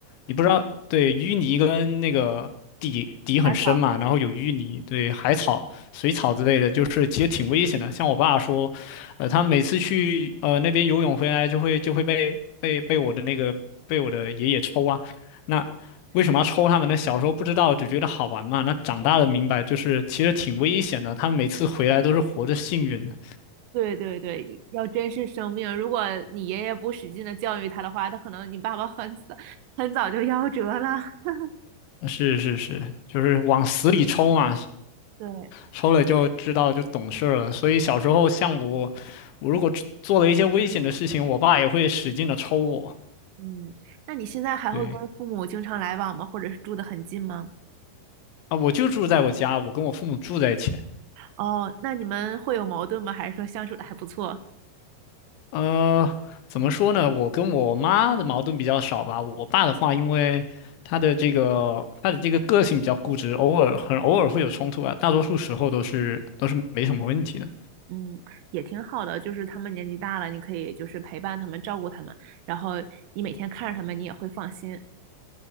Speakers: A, on the left; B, on the right.
A: 你不知道，对，淤泥跟那个底底很深嘛，
B: 还早。
A: 然后有淤泥，对，海草、水草之类的，就是其实挺危险的。像我爸说，呃，他每次去呃那边游泳回来，就会就会被被被我的那个被我的爷爷抽啊。那为什么要抽他们呢？小时候不知道，只觉得好玩嘛。那长大了明白，就是其实挺危险的。他们每次回来都是活着幸运的。
B: 对对对，要珍视生命。如果你爷爷不使劲的教育他的话，他可能你爸爸很早很早就夭折了。<laughs>
A: 是是是，就是往死里抽嘛，
B: 对，
A: 抽了就知道就懂事儿了。所以小时候像我，我如果做做了一些危险的事情，我爸也会使劲的抽我。
B: 嗯，那你现在还会跟父母经常来往吗？
A: 对
B: 或者是住的很近吗？
A: 啊，我就住在我家，我跟我父母住在一起。
B: 哦，那你们会有矛盾吗？还是说相处的还不错？
A: 呃，怎么说呢？我跟我妈的矛盾比较少吧。我爸的话，因为他的这个他的这个个性比较固执，偶尔很偶尔会有冲突啊，大多数时候都是都是没什么问题的。
B: 嗯，也挺好的，就是他们年纪大了，你可以就是陪伴他们，照顾他们，然后你每天看着他们，你也会放心。